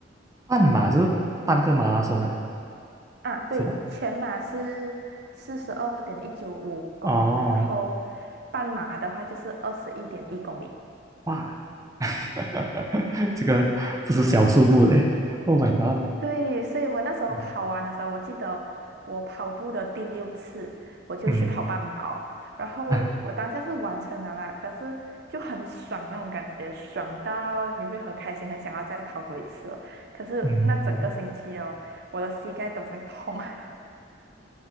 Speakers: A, on the right; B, on the right.
A: 半马就是半个马拉松啊，
B: 啊，对，
A: 是吧？
B: 全马是四十二点一九五公里嘛，
A: 哦，
B: 然后半马的话就是二十一点一公里。
A: 哇，<laughs> 这个不是小数目嘞！Oh my god！
B: 对，所以我那时候跑完的时候，
A: 嗯
B: 我记得我跑步的第六次，我就去跑半马哦。
A: 嗯
B: 然后我当下是完成了啦，
A: 啊
B: 可是就很爽那种感觉，爽到你会很开心，很想要再跑多一次了。可是那整个星期哦，
A: 嗯。
B: 我的膝盖都在痛。<laughs>